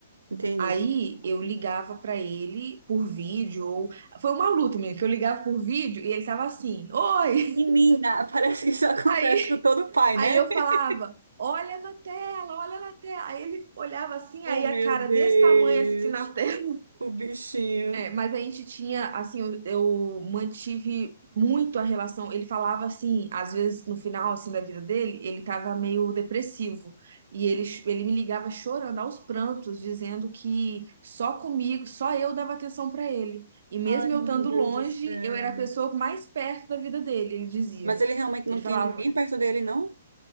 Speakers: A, on the right; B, on the right.
A: Entendi.
B: Aí eu ligava pra ele por vídeo, ou foi uma luta minha, que eu ligava por vídeo e ele tava assim, oi!
A: E mina, <laughs> parece que isso
B: <laughs>
A: acontece
B: Aí
A: com todo pai,
B: Aí
A: né?
B: eu
A: <laughs>
B: falava, olha na tela, olha na tela. Aí ele olhava assim,
A: Oh,
B: aí a
A: meu
B: cara
A: Deus,
B: desse tamanho assim na <laughs> tela.
A: o bichinho.
B: É, mas a gente tinha, assim, eu, eu mantive muito a relação. Ele falava assim, às vezes no final assim da vida dele, ele tava meio depressivo. E ele, ch- ele me ligava chorando aos prantos, dizendo que só comigo, só eu dava atenção pra ele. E mesmo
A: Ai,
B: eu
A: meu
B: estando
A: Deus
B: longe,
A: do céu.
B: eu era a pessoa mais perto da vida dele, ele dizia.
A: Mas ele realmente não
B: Ele
A: tinha
B: falava,
A: ninguém perto dele, não?